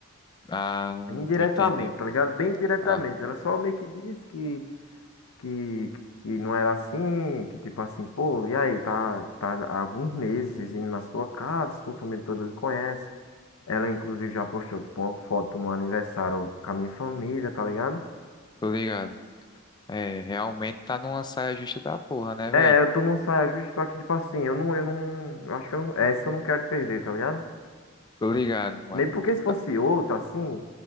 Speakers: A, on the left; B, on the left.
A: Ah,
B: Indiretamente,
A: tô entendendo.
B: tá ligado? Bem diretamente.
A: Ah,
B: Ela só meio que disse que que, que não era assim, que tipo assim, pô, e aí, tá, tá há alguns meses indo na sua casa, sua família toda lhe conhece. Ela, inclusive, já postou, tipo, uma foto no aniversário com a minha família, tá ligado?
A: tô ligado. É, realmente tá numa saia justa da porra, né, velho?
B: É, eu tô num saia justa, só que, tipo assim, eu não, eu não, eu acho que eu não, essa eu não quero perder, tá ligado?
A: Tô ligado, mano.
B: Mesmo porque se fosse
A: Tá-
B: outra, assim,